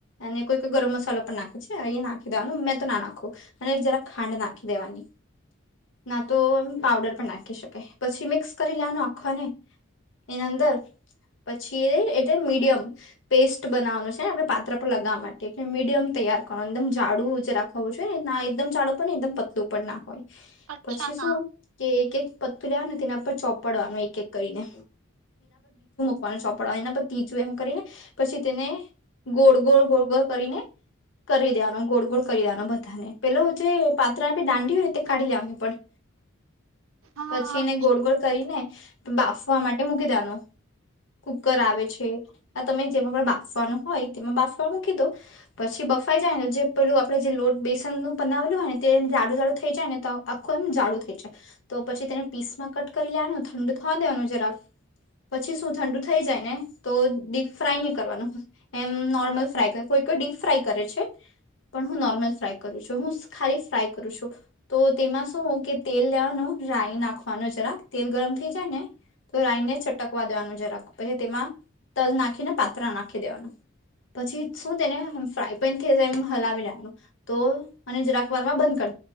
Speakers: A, on the left (about 65°); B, on the right (about 85°).
A: અને કોઈ ગરમ મસાલો પણ નાખે છે એહી નાખી દેવાનું મેં તો નાખું અને જરા ખાંડ નાખી દેવાની ના તો એ પાવડર પણ નાખી શકાય પછી મિક્સ કરી લેનું આખોને એના અંદર પછી એટલે મીડિયમ પેસ્ટ બનાવવાનું છે ને આપડણે પાત્ર પર લગાવવા માટે એટલે મીડિયમ તૈાર કર એકમ ઝડું જે રાખવાું છે ને ના એકદમ જાડું પણ ને એકદમ પતલું પણ ના હોય
B: અચ્છા
A: પછી
B: હા
A: શું કે એક એક પતું લાવ ને તેના પર ચોપડવાનું એક એક કરીને ને સોપડને પ તીજું એમ કરીને પછી તેને ગોળ ગોળ ગોળ ગોળ કરીને કરી દેવાનો ગોળ ગોળ કરી દેવાનો બધાને પેલો જે પાત્રાનેી દાંડી હોય ને તે કાઢી લેવાની પણ
B: હા
A: પછી
B: હા.
A: એને ગોળ ગોળ કરી ને બાફ મકી દે કુકર આવે છે આ તમે જેમાં બા બાફવાનું હોય તેમાં બાફવા મૂકી દો પછી બફાઈ જાયને જે પેલું આપડે જે લોટ બેસન ન બ ને તે જાડું જાડું થઈ જાય ને તો આખું એમ જાડું થઈ જાય તો પછી તેને પીસમાં કટ કરી લેવાનું ઠંડુ થવા દેવાનું જ રાક પછી શું ઠંડુ થઈ જાય ને તો ડીપ ફ્રાય નહી કરવાનું એમ નોર્મલ ફ્રાય કર કોઈ કોઈ ડીપ ફ્રાય કરે છે પણ હું નોર્મલ ફ્રાય કરું છું હું ખાલી ફ્રાય કરું છું તો તેમાં શું કે તેલ લેવાનું રાઈ નાખવાનું જરાક તેલ ગરમ થઈ જાય ને તો રાઈને છટકવા દેવાનું જરાક પછી છે તેમાં તલ નાખીને પાત્રરા નાખી દેવાનું. પછી શું તેને ફ્રાય પેન થઈ એમ હલાવી લેવાનું તો જરાક વાર માં બંધ કર